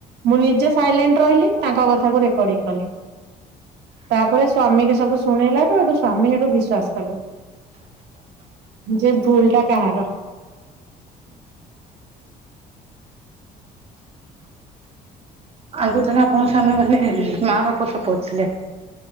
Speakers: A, on the right; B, on the right.
A: ମୁଁ ନିଜେ ସାଇଲେଣ୍ଟ ରହିଲି ତାଙ୍କ କଥାକୁ ରେକର୍ଡିଂ କଲି। ତାପରେ ସ୍ୱାମୀ କୁ ସବୁ ଶୁଣେଇଲାଠୁ ଏଠୁ ସ୍ୱାମୀ ସେଠୁ ବିଶ୍ଵାସ କଲେ। ଯେ ଭୁଲ ଟା କାହାର।
B: ଆଙ୍ଗୁଠରେ ଆଣ ସାାମେ ମାନେ ମା ବାପା ସ ପଥିଲେ <unintelligible>